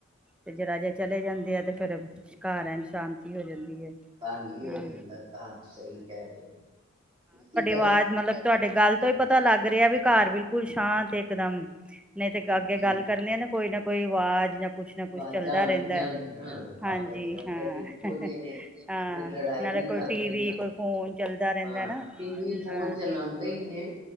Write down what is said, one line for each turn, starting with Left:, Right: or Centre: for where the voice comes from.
Centre: ਤੇ ਜਿਹਰਾ ਜੇ ਚਲੇ ਜਾਂਦੇ ਆ ਤੇ ਫੇਰ ਘਰ ਐਜ ਸ਼ਾਂਤੀ ਹੋ ਜਾਂਦੀ। ਹੈ
Right: ਖਾਲੀ ਹੋ
Centre: ਹਾਂ
Right: ਜਾਂਦਾ ਘਰ ਸਹੀ ਕਹਿ ਰਹੇ ਹੋ ਤੁ
Centre: ਵਾਜ਼ ਮਤਲਬ ਤੁਹਾਡੇ ਗੱਲ ਤੋਂ ਹੀ ਪਤਾ ਲੱਗ ਰਿਹਾ ਵੀ ਘਰ ਬਿਲਕੁਲ ਸ਼ਾਂਤ ਇਕ ਦਮ ਨਹੀਂ ਤੇ
Right: ਹਾਂਜੀ
Centre: ਅੱਗੇ ਗੱਲ ਕਰਨੇ ਆ ਨਾ ਕੋਈ ਨਾ ਕੋਈ ਆਵਾਜ਼ ਜਾਂ ਕੁਛ ਨਾ
Right: ਆਵਾਜ਼ਾਂ
Centre: ਕੁਛ ਚੱਲਦਾ
Right: ਆਉਂਦੀਆਂ
Centre: ਰਹਿੰਦਾ,
Right: ਨੇ ਨਾ
Centre: ਹਾਂਜੀ
Right: ਆਪਸ ਚ ਲੜਦੇ
Centre: ਹਾਂ
Right: ਨੇ ਇੱਕੋ ਜਿਹੇ ਨੇ
Centre: ਹਾਂ
Right: ਫਿਰ ਲੜਾਈ
Centre: ਨਾਲੇ
Right: ਵੀ
Centre: ਕੋਈ
Right: ਕਰਦੇ
Centre: ਟੀਵੀ
Right: ਨੇ
Centre: ਕੋਈ ਫੋਨ ਚੱਲਦਾ ਰਹਿੰਦਾ
Right: ਹਾਂ
Centre: ਨਾ
Right: ਟੀ ਵੀ ਫੋਨ
Centre: ਹਾਂ
Right: ਚਲਾਦੇ ਇ ਨੇ